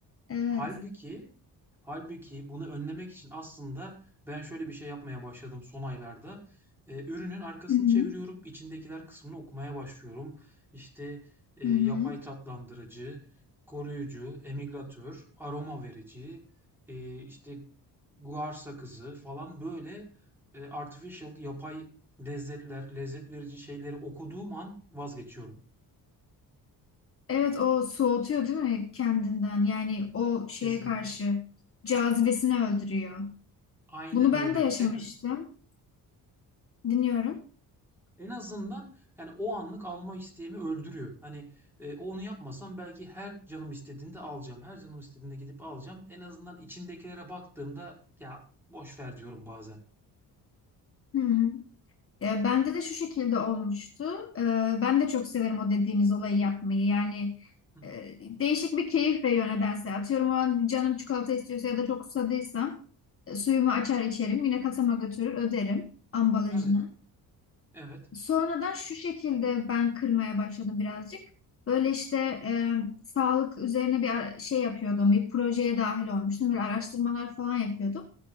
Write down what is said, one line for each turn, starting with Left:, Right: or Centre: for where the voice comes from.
Left: Evet.
Centre: Halbuki halbuki bunu önlemek için aslında ben şöyle bir şey yapmaya başladım son aylarda. Eee, ürünün arkasını
Left: Hı hı.
Centre: çeviriyorum, içindekiler kısmını okumaya başlıyorum. İşte, eee,
Left: Hı hı.
Centre: yapay tatlandırıcı, koruyucu, emilgatör, aroma verici, eee, işte guar sakızı falan böyle, eee, artificial, yapay lezzetler, lezzet verici şeyleri okuduğum an vazgeçiyorum
Left: Evet o soğutuyor değil mi kendinden? Yani o şeye
Centre: kesinlikle.
Left: karşı cazibesini öldürüyor.
Centre: Aynen
Left: Bunu
Centre: öyle.
Left: ben de yaşamıştım.
Centre: En
Left: Dinliyorum.
Centre: En azından yani o anlık alma isteğimi öldürüyor. Hani e, onu yapmasam belki her canım istediğinde alacağım. Her canım istediğinde gidip alacağım. En azından içindekilere baktığımda ya boş ver diyorum bazen.
Left: Hı hı. E, bende de şu şekilde olmuştu. E, ben de çok severim o dediğiniz olayı yapmayı. Yani
Centre: Hı,
Left: e, değişik bir keyif veriyor nedense. Atıyorum o an canım çikolata istiyorsa ya da çok susadıysam e, suyumu açar içerim. Yine kasama götürür öderim ambalajını.
Centre: evet, evet.
Left: Sonradan şu şekilde ben kırmaya başladım birazcık. Böyle işte e, sağlık üzerine bir ara- şey yapıyordum. Bir projeye dahil olmuştum. Böyle araştırmalar falan yapıyordum.